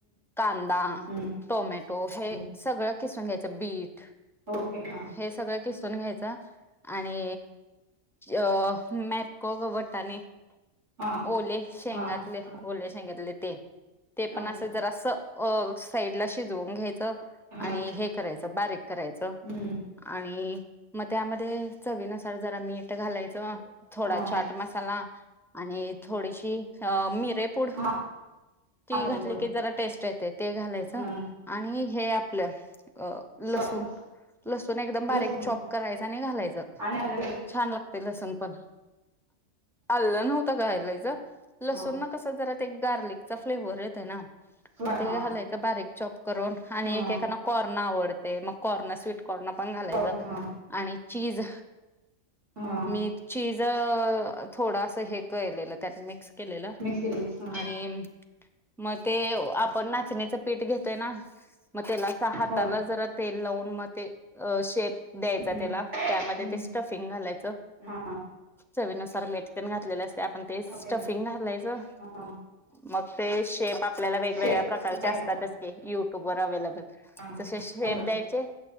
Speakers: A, in the centre; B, on the right.
A: कांदा,
B: हम्म
A: टोमॅटो हे
B: हम्म
A: सगळं किसून घ्यायचं. बीट.
B: ओके हां.
A: हे सगळं किसून घ्यायचं. आणि अ मॅपको वट्टा आणि <unintelligible>
B: हा
A: ओले शेंगातले
B: हा हा
A: ओले शेंगातले ते ते
B: कळालं
A: पण असं
B: की
A: जरास अ साईडला शिजवून घ्यायचं
B: हा
A: आणि हे करायचं बारीक करायचं
B: हम्म
A: आणि म त्यामध्ये चवीनुसार जरा मीठ घालायचं थोडा
B: हा
A: चाट मसाला आणि थोडीशी अ मिरे पुड
B: हा
A: ती
B: हा मेरे
A: घातली
B: फोड
A: की जरा टेस्ट येतयं ते घालायचं
B: हा
A: आणि हे आपलं अ
B: सॉस
A: लस सुण लसूण एकदम बारीक
B: लसूण
A: चॉप करायच आणि घालायच
B: आणि आलं वेग
A: छान लागतयं लसूण पण आल्ल नव्हतं घायलाच लसूण
B: हा
A: ना कस त जरा ते एक गार्लिकचा फ्लेवर येतयं ना
B: फ्ला
A: म ते
B: हा
A: घालायचं बारीक चॉप करून आणि
B: हा
A: एकेकाना कॉर्न आवडतयं मग कॉर्न स्वीट कॉर्न पण घालायच
B: कॉर्न हा
A: आणि चीज
B: हा
A: मी चीज ज थोडं अस हे केलेलं त्यात मिक्स केलेलं
B: मिक्स केलेली हा
A: आणि म ते आपण नाचण्याच पीठ घेतोय ना म त्याला अस हाताला
B: होय
A: जरा तेल लावून म ते अ शेप द्यायचा
B: हम्म
A: त्याला त्यामध्ये
B: हम्म
A: ते स्टफिंग घालायचं
B: हा
A: चवीनुसार मीठ तेन घातलेले असतयं आपण ते स्टफिंग
B: ओके
A: घालायचं
B: हा
A: मग ते शेप आपल्याला वेगवेगळ्या
B: शेप
A: प्रकारचे
B: द्यायला
A: असतात
B: हा
A: ते ते युट्यूबवर अवेलेबल
B: हा
A: तसे शेप
B: होय
A: द्यायचे